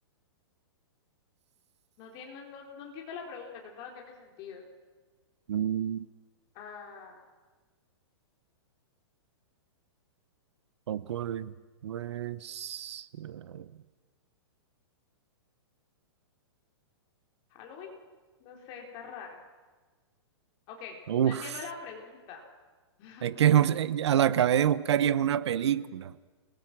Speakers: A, on the left; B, on the right.
A: No tiene, no, no, no entiendo la pregunta, creo que no tiene sentido.
B: Mm,
A: Ah,
B: poco de- pues, eh,
A: ¿Halloween? No sé, está rara. Ok,
B: uf.
A: no entiendo la pregunta. <laughs>
B: Es que es un- eh, ya la
A: Mm.
B: acabé de buscar y es una película.